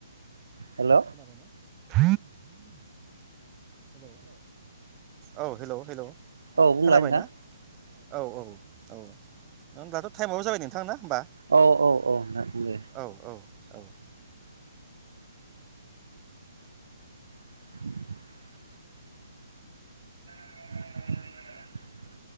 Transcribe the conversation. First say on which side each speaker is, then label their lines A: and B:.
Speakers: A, on the right; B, on the right.
A: हेल'
B: खोनाबायना? <inaudible> हेल' औ हेलौ हेल'
A: औ बुंलाय
B: खोनाबाय
A: नोंथां
B: ना औ औ औ नों दाथ' ताएम आबो जाबाय नोंथां ना होमबा
A: औ औ औ दे
B: औ औ औ
A: <inaudible> <inaudible>